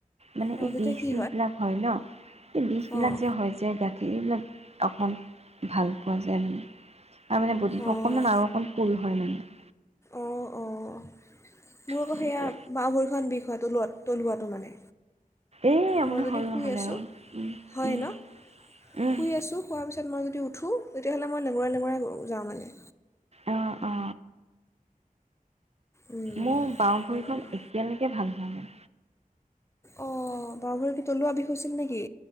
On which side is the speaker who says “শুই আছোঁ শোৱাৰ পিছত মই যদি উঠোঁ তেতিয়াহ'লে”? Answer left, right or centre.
Left